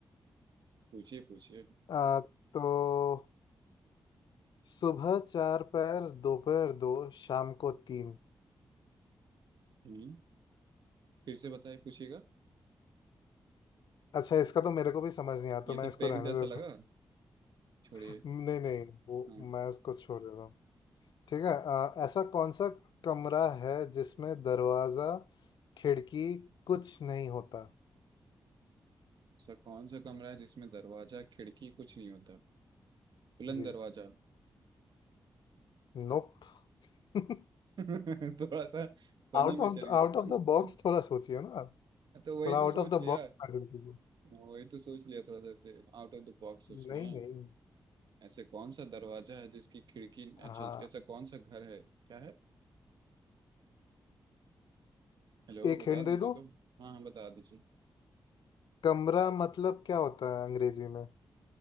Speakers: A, on the right; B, on the left.
A: पूछिए पूछिए
B: आ, तो सुबह चार पैर दोपहर दो शाम को तीन
A: हम्म फिर से बताइए पूछिएगा
B: अच्छा इसका तो मेरे को भी समझ नहीं आता तो
A: ये
B: मैं
A: तो
B: इसको
A: पैग
B: रहने
A: जैसा
B: देता
A: लगा छोड़िए
B: हूँ <laughs> नहीं नहीं वो
A: हाँ
B: मैं इसको छोड़ देता हूँ ठीक है आ, ऐसा कौन सा कमरा है जिसमें दरवाजा खिड़की कुछ नहीं होता
A: सा कौन सा कमरा है जिसमें दरवाजा खिड़की कुछ नहीं होता बुलंद
B: जी
A: दरवाजा
B: नोप <laughs>
A: <laughs> थोड़ा सा फनी
B: आउट
A: में
B: ऑफ
A: चलिए
B: आउट ऑफ द
A: <laughs>
B: बॉक्स <laughs> थोड़ा सोचिए ना आप।
A: तो वही
B: थोड़ा
A: तो
B: out
A: सोच
B: of the
A: लिया
B: box
A: हाँ,
B: imagine कीजिए
A: वही तो सोच लिया थोड़ा सा ऐसे आउट ऑफ द बॉक्स सोचना
B: नहीं
A: है
B: नहीं
A: ऐसे कौन सा दरवाजा है जिसकी खिड़की
B: हाँ
A: अच्छा ऐसा कौन सा घर है क्या है हेलो
B: एक
A: बता
B: हिंट
A: दीजिए
B: दे दो
A: तो हाँ हाँ बता दीजिए
B: कमरा मतलब क्या होता है अंग्रेजी में